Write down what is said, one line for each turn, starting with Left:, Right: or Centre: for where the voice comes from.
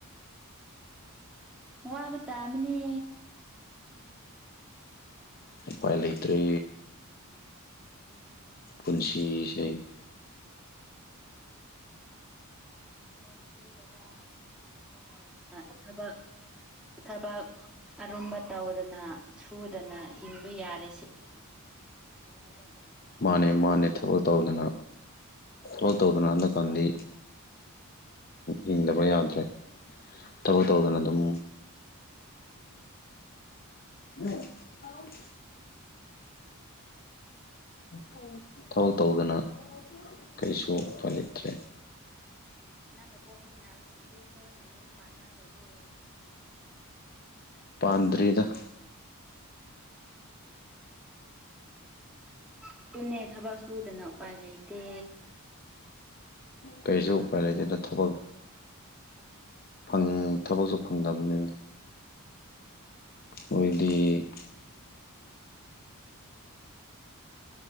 Centre: ꯋꯥꯕ ꯇꯥ ꯃꯅꯤ ꯃꯤꯗꯤ ꯍꯨꯃꯥꯡꯅ ꯅꯪꯒꯤ
Left: ꯎꯄꯥꯏ
Centre: ꯍꯨꯃꯥꯡꯅ
Left: ꯂꯩꯇ꯭ꯔꯦ
Centre: ꯍꯤꯡꯉꯣ ꯍꯥꯏꯔꯕꯅꯤꯅ ꯑꯗꯨꯝ ꯋꯥꯔꯤꯁꯦ
Left: ꯄꯨꯟꯁꯤꯁꯦ
Centre: ꯂꯧ ꯁꯨꯗꯕ ꯐꯥꯝꯒꯨꯝꯕ ꯇꯧꯗꯅ ꯊꯕꯛ ꯊꯕꯛ ꯑꯔꯨꯝꯕ ꯇꯧꯗꯅ ꯁꯨꯗꯅ ꯍꯤꯡꯕ ꯌꯥꯔꯤꯁꯦ ꯌꯥꯝ ꯃꯔꯥꯏꯕ ꯌꯥꯝ ꯐꯔꯕꯅꯤ
Left: ꯃꯥꯅꯦ ꯃꯥꯅꯦ ꯊꯕꯛ ꯇꯧꯗꯅ ꯍꯣꯜ ꯇꯧꯗꯅ ꯍꯟꯗꯛꯀꯥꯟꯗꯤ ꯍꯤꯡꯗꯕ ꯌꯥꯗ꯭ꯔꯦ ꯊꯕꯛ ꯇꯧꯗꯅ ꯑꯗꯨꯝ ꯎꯝ ꯑꯥꯎ ꯑꯧ ꯊꯕꯛ ꯇꯧꯗꯅ ꯀꯩꯁꯨ ꯄꯂꯛꯇ꯭ꯔꯦ
Centre: ꯅꯪꯒ ꯄꯣꯛꯃꯤꯟꯅꯕꯁꯤꯡꯗꯤ ꯂꯣꯏꯅ ꯌꯨꯝ ꯄꯥꯟꯅꯈ꯭ꯔꯕꯣ
Left: ꯄꯥꯟꯗ꯭ꯔꯤꯗ
Centre: ꯑꯗꯨꯅꯦ ꯊꯕꯛ ꯁꯨꯗꯅ ꯎꯄꯥꯏ ꯂꯩꯇꯦ
Left: ꯀꯔꯤꯁꯨ ꯎꯄꯥꯏ ꯂꯩꯇꯦꯅ ꯊꯕꯛ ꯪ ꯊꯕꯛꯁꯨ ꯐꯪꯗꯕꯅꯤꯅ ꯑꯣꯏꯗꯤ